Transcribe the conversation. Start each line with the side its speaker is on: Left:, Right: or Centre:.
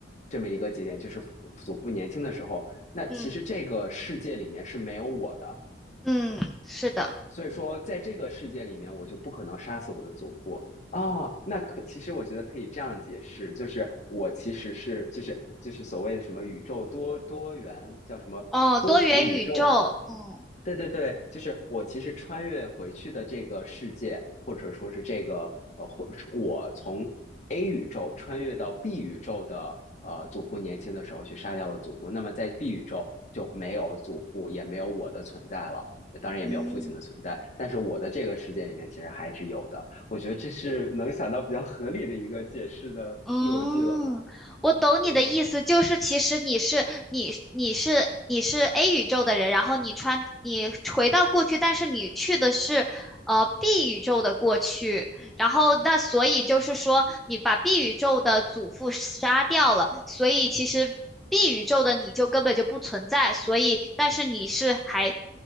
Left: 这么一个节点，就是祖父年轻的时候。那其实这个世界里面是没有我的，
Centre: 嗯嗯，是的，
Left: 所以说，在这个世界里面，我就不可能杀死我的祖父啊。哦那可其实我觉得可以这样解释，就是我其实是就是就是所谓的什么宇宙多多元叫什么多重宇宙，
Centre: 哦，多元宇宙，嗯
Left: 对对对，就是我其实穿越回去的这个世界，或者说是这个呃，或我从 A 宇宙穿越到 B 宇宙的呃祖父年轻的时候去杀掉了祖父，那么在 B 宇宙就没有祖父，也没有我的存在了。当然也没有父亲的存在，
Centre: 嗯。
Left: 但是我的这个世界里面其实还是有的。我觉得这是能想到比较合理的一个解释的逻辑了吧？
Centre: 嗯，我懂你的意思，
Left: 嗯，
Centre: 就是其实你是你你是你是 A 宇宙的人，然后你穿你回到过去，但是你去的是呃 B 宇宙的过去，然后那所以就是说你把 B 宇宙的祖父杀掉了，所以其实 B 宇宙的你就根本就不存在，所以但是你是还